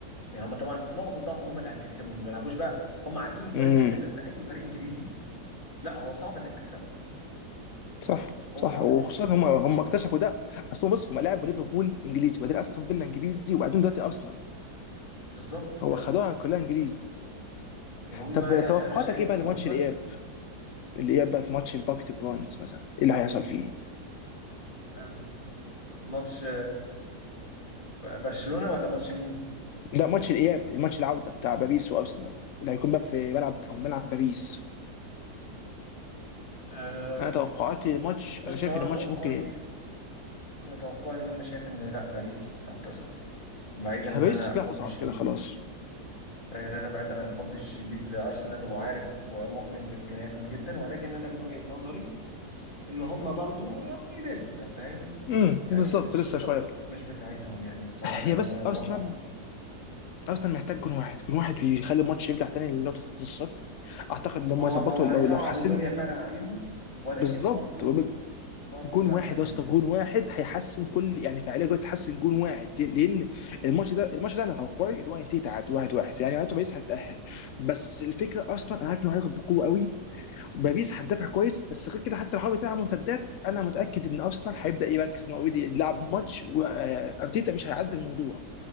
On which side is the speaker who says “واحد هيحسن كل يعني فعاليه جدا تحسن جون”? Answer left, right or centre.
Left